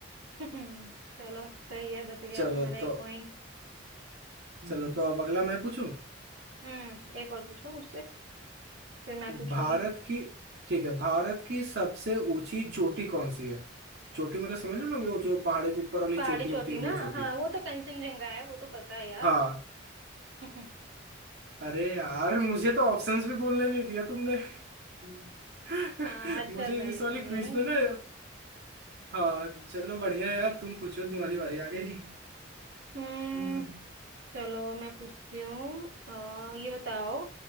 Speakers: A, on the right; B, on the right.
A: <laughs> हम्म, चलो सही है बच गया
B: चलो
A: तुम्हारा
B: तो
A: एक पॉइंट
B: चलो तो अब अगला मैं पूछूं
A: हम्म एक और पूछो मुझसे फिर मैं पूछूंगी
B: भारत की ठीक है भारत की सबसे ऊंची चोटी कौन सी है चोटी मतलब समझ लो ना वो जो पहाड़ों के ऊपर वाली
A: पहाड़ी
B: चोटी
A: चोटी
B: होती है
A: ना
B: वो चोटी
A: हाँ वो तो कंचनजंगा है वो तो पता है यार
B: हाँ
A: <laughs>
B: अरे यार मुझे तो ऑप्शंस भी बोलने नहीं दिया तुमने <laughs>
A: हाँ अच्छा
B: मुझे
A: था लेकिन
B: इस वाली क्विज
A: ये
B: में ना हाँ चलो बढ़िया यार तुम पूछो तुम्हारी बारी आ गई
A: हम्म
B: हम्म।
A: चलो मैं पूछती हूँ अ, ये बताओ